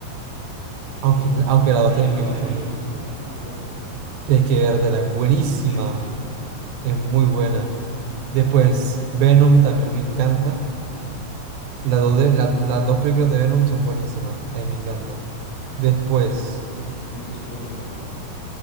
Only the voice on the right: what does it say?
Aunque, aunque la dos también
me
gusta
mucho.
Tienes que vértela. Es buenísima.
Es muy buena. Después, Venom también me encanta. Las dos, de- la- las dos películas de Venom son buenísimas. A mí me encanta. Después,